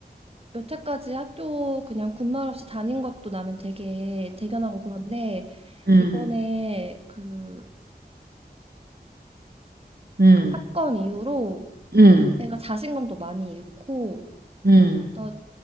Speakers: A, on the right; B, on the right.
A: 여태까지 학교 그냥 군말 없이 다닌 것도 나는 되게 대견하고 그런데
B: 음,
A: 이번에 그,
B: 음,
A: 그 사건 이후로
B: 음,
A: 내가 자신감도 많이 잃고,
B: 음.
A: 나,